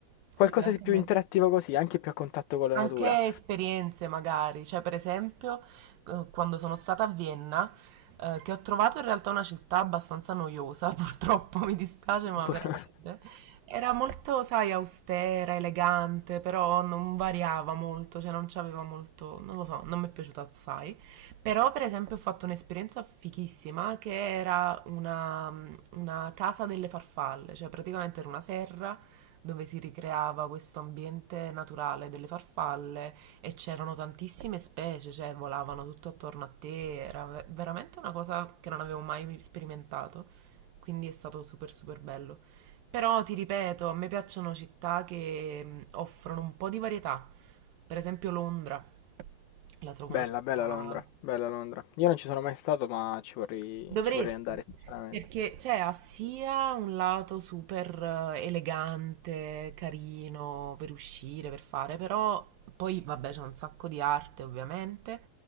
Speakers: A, on the right; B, on the left.
A: Sì,
B: qualcosa
A: anche
B: di più
A: a me.
B: interattivo così, anche più a contatto con la
A: Anche
B: natura.
A: esperienze magari, cioè per esempio eh, quando sono stata a Vienna, eh, che ho trovato in realtà una città abbastanza noiosa, <laughs> purtroppo mi dispiace, ma
B: Pur-
A: veramente
B: <laughs>
A: era molto, sai, austera, elegante, però non variava molto, cioè non c'aveva molto, non lo so, non mi è piaciuta assai. Però per esempio ho fatto un'esperienza fichissima che era una una casa delle farfalle, cioè praticamente era una serra dove si ricreava questo ambiente naturale delle farfalle e c'erano tantissime specie, cioè volavano tutto attorno a te, era ve- veramente una cosa che non avevo mai sperimentato, quindi è stato super super bello. Però ti ripeto, a me piacciono città che mh, offrono un po' di varietà, per esempio Londra, la trovo
B: Bella,
A: una città...
B: bella Londra, bella Londra. Io non ci sono mai stato, ma ci vorrei,
A: Dovresti,
B: ci vorrei andare, sinceramente.
A: perché cioè, ha sia un lato super eh, elegante, carino per uscire, per fare, però poi vabbè c'è un sacco di arte ovviamente